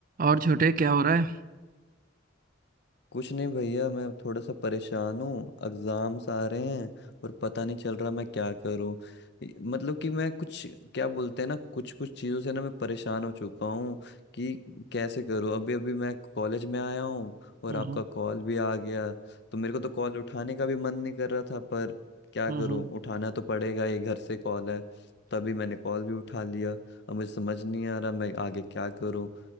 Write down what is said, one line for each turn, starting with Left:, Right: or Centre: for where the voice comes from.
Right: और छोटे क्या हो रहा है
Left: कुछ नहीं भैया मैं थोड़ा सा परेशान हूँ एग्जाम्स आ रहे हैं और पता नहीं चल रहा मैं क्या करूँ ये- मतलब कि मैं कुछ क्या बोलते हैं ना कुछ कुछ चीज़ों से ना मैं परेशान हो चुका हूँ कि कैसे करूँ अभी अभी मैं कॉलेज में आया हूँ और
Right: हम्म
Left: आपका
Right: हम्म
Left: कॉल भी आ गया तो मेरे को तो कॉल उठाने का भी मन नहीं कर रहा था पर क्या
Right: हम्म
Left: करूँ
Right: हम्म,
Left: उठाना तो पड़ेगा ये घर से कॉल है तभी मैंने कॉल भी उठा लिया अब मुझे समझ नहीं आ रहा मैं आगे क्या करूँ